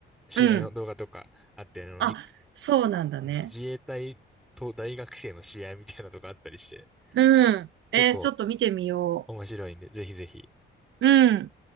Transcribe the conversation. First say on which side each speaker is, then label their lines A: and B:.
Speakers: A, in the centre; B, on the right.
A: 試合の動画とかあって、
B: うん。
A: あの、
B: あ、
A: 陸
B: そうなんだね。
A: うん自衛隊と大学生の試合みたいなのとかあったりして、
B: うん。えーちょっと見てみよ
A: 結構面白いんで、ぜひぜひ。
B: う。うん。